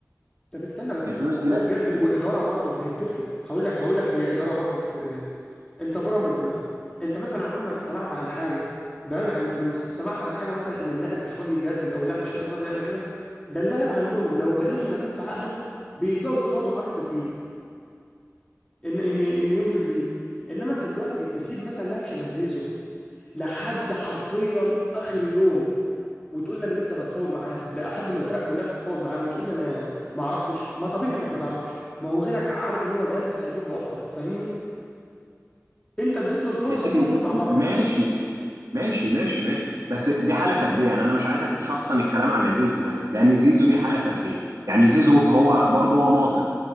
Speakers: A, on the left; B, on the right.
A: طب استنى بس
B: الفلوس
A: والله
B: دي بقى
A: بجد واداره برضو ما هي بتفرق هقول لك هقول لك هي اداره برضو بتفرق ليه انت بيراميدز ده انت مثلا عمرك سمعت عن حاجه بعيدا عن الفلوس سمعت عن حاجه مثلا ان اللاعب مش راضي يجدد او اللاعب مش راضي يعمل كده ده اللاعب عندهم لو بقاله سنتين في عقده بيبداوا يفاوضوا معاه في التسجيل ان ان ان يمضي جديد انما انت دلوقتي تسيب مثلا لاعب شبه زيزو لحد حرفيا اخر يوم وتقول لي انا لسه بتفاوض معاه لحد ما الفرق كلها تتفاوض معاه وتقول لي انا ما عرفتش ما طبيعي انك ما تعرفش ما هو غيرك عارف ان هو جامد فهيجيب له اكتر فاهمني انت اديت له الفرصه
B: يا سيدي
A: ان هو يسمع بره
B: ماشي ماشي ماشي ماشي بس دي حاله فرديه يعني انا مش عايزك تشخصن الكلام على زيزو بس لان زيزو دي حاله فرديه يعني زيزو هو برضه هو ماطل